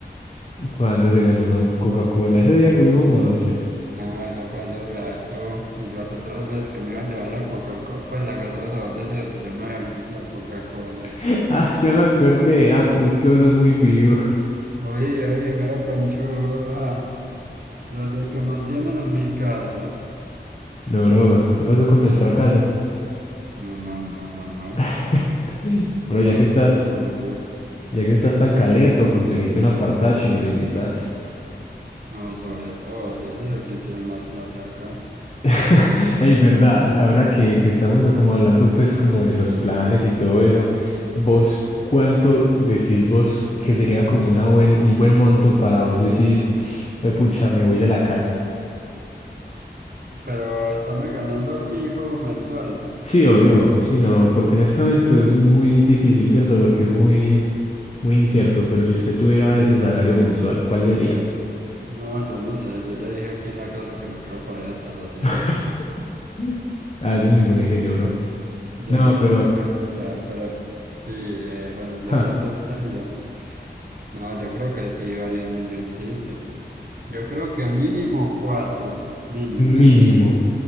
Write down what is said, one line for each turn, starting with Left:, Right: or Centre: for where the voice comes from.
Left: <laughs> Cuando se ganó una Coca-Cola, ese día que vimos Madolche.
Right: No, eso fue hace rato. Y las otras veces que me iba a llevar la Coca-Cola, pues la gaseosa, vos decías que yo me había ganado la Coca-Cola.
Left: <laughs> Ah, yo me acordé. Ah, pero es que vos sos muy vivo.
Right: Oye, oye, mero conchudo, ah, Las de que mantienen en mi casa.
Left: No, bro, ¿qué pasó con nuestra casa?
Right: No, no, no, no, nuestra.
Left: <laughs> Bro,
Right: El parchecito
Left: ya que estás.
Right: no me gusta.
Left: Ya que estás tan caleto, conseguiste un apartacho y nos invitas.
Right: No, sobre todo, yo sí sé quién tiene más plata acá.
Left: <laughs> Ey, verdad, ahora que, que estamos como hablando pues como de los planes y todo eso, vos, ¿cuánto decís vos que sería como una buen, un buen monto para vos decís, "Hue pucha, me voy de la casa?
Right: Pero estamos ganando fijo mensual.
Left: Sí, obvio, sí, no, porque en este momento es muy difícil, ¿cierto? Porque es muy, muy incierto, pero si usted tuviera ese salario mensual, ¿cuál sería?
Right: No, yo no sé, yo ya dije aquí en la casa que me quedo por ahí hasta los cien
Left: <laughs>
Right: años.
Left: Ah, eso mismo dije yo, bro.
Right: Ya
Left: No,
Right: me tienen
Left: pero
Right: que aguantar, pero sí, eh, bueno, ya
Left: ja,
Right: hablando en serio, no, yo creo que sí, varios milloncitos. Yo creo que mínimo cuatro, mínimo,
Left: mínimo.